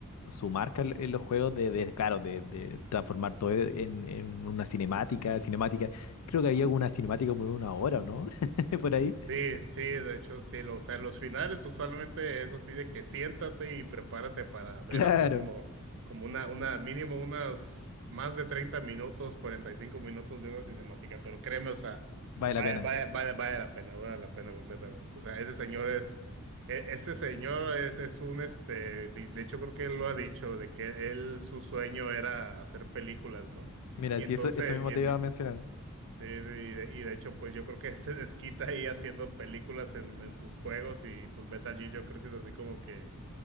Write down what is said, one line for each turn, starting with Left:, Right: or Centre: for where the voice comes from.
Left: su marca en en los juegos de, de, claro, de, de transformar todo en, en una cinemática, cinemática. Creo que había una cinemática como de una hora, ¿o ¿no? <laughs> Por ahí.
Right: Sí, sí, de hecho sí, lo- o sea, los finales usualmente es así de que siéntate y prepárate para ver
Left: Claro,
Right: así como, como una, una, mínimo unas más de 30 minutos, 45 minutos de una cinemática, pero créeme, o sea,
Left: vale
Right: vale,
Left: la pena.
Right: vale, vale, vale la pena, vale la pena completamente. O sea, ese señor es, e- ese señor es, es un, este, de de hecho creo que él lo ha dicho, de que él, su sueño era hacer películas, ¿no?
Left: Mira,
Right: Y
Left: si
Right: entonces,
Left: eso, eso mismo
Right: y en-
Left: te iba a mencionar.
Right: Sí, sí, y de, y de hecho, pues yo creo que <laughs> se desquita ahí haciendo películas en, en sus juegos y pues Metal Gear yo creo que es así como que